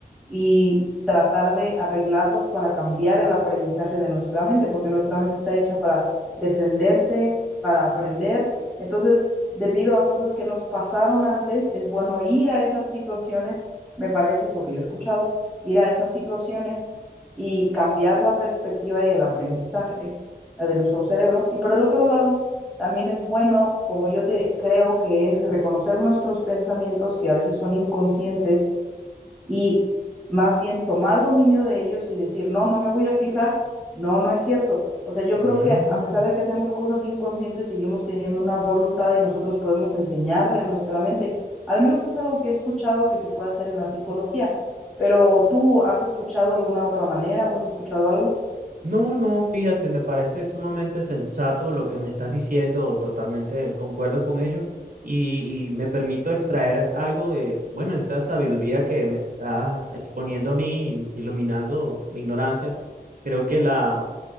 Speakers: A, in the centre; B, on the right (about 50°).
A: y tratar de arreglarlos para cambiar el aprendizaje de nuestra mente, porque nuestra mente está hecha para defenderse, para aprender. Entonces, debido a cosas que nos pasaron antes, es bueno ir a esas situaciones, me parece, es lo que yo he escuchado, ir a esas situaciones y cambiar la perspectiva y el aprendizaje eh, de nuestro cerebro. Y por el otro lado, también es bueno, como yo te creo que es reconocer nuestros pensamientos que a veces son inconscientes y más bien tomar dominio de ellos y decir, no, no me voy a fijar, no, no es cierto. O sea, yo
B: Mm,
A: creo que a pesar de que hacemos cosas inconscientes, seguimos teniendo una voluntad y nosotros podemos enseñarle a nuestra mente. Al menos es algo que he escuchado que se puede hacer en la psicología, pero ¿tú has escuchado alguna otra manera o has escuchado algo?
B: No, no, fíjate, me parece sumamente sensato lo que me estás diciendo, totalmente concuerdo con ello y, y me permito extraer algo de, bueno, esa sabiduría que me está exponiendo a mí, iluminando mi ignorancia. Creo que la,